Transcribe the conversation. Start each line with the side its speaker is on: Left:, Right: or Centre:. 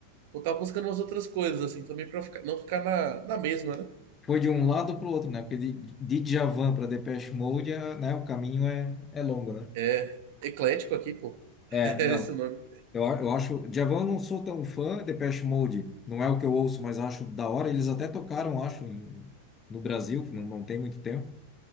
Right: pô, tava buscando umas outras coisas, assim, também pra ficar, não ficar na, na mesma, né?
Left: Foi de um lado pro outro, né? Porque de, de Djavan para Depeche Mode, é, né, o caminho é, é longo, né?
Right: É, eclético aqui, pô, <laughs>
Left: É,
Right: é
Left: não.
Right: esse o nome.
Left: Eu, a- eu acho... Djavan eu não sou tão fã, Depeche Mode não é o que eu ouço, mas acho da hora. Eles até tocaram, acho, em- no Brasil, não, não tem muito tempo.